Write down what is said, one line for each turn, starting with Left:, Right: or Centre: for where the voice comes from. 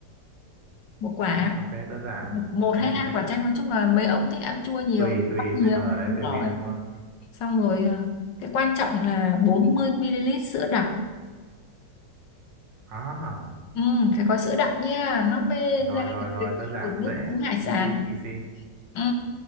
Left: một quả,
Right: ok, đơn giản.
Left: một, một
Right: Cái
Left: hay
Right: đấy
Left: hai
Right: dễ.
Left: quả chanh, nói chung là mấy ông thích ăn chua nhiều,
Right: Tùy, tùy,
Left: bắt nhiều,
Right: vị- ở đấy
Left: đúng
Right: tùy
Left: rồi.
Right: vị đúng không?
Left: Xong rồi ờ, cái quan trọng là 40 ml sữa đặc.
Right: À,
Left: Ừ, phải có sữa đặc nha, nó mê
Right: rồi,
Left: ra
Right: rồi,
Left: được
Right: rồi,
Left: cái
Right: đơn
Left: vị
Right: giản,
Left: của nước
Right: dễ.
Left: uống hải
Right: Easy,
Left: sản.
Right: easy.
Left: Ừ,